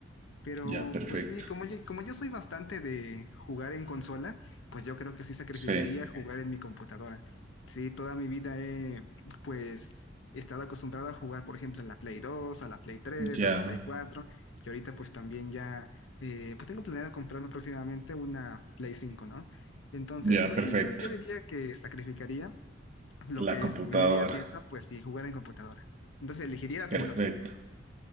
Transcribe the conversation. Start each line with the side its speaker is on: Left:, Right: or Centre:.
Left: Pero
Right: ya, perfecto.
Left: pues sí, como yo, como yo soy bastante de jugar en consola, pues yo creo que sí sacrificaría
Right: Sí,
Left: jugar en mi computadora. Sí, toda mi vida he pues estado acostumbrado a jugar, por ejemplo, en la Play 2, a la Play 3,
Right: ya,
Left: a la Play 4, y ahorita pues también ya, eh, pues tengo planeado comprarme próximamente una Play 5, ¿no? Entonces,
Right: ya,
Left: pues
Right: perfecto.
Left: sí, yo, di- yo diría que sacrificaría lo
Right: La
Left: que
Right: computadora.
Left: es, vendría siendo, pues sí, jugar en computadora. Entonces elegiría la
Right: Perfecto,
Left: segunda opción.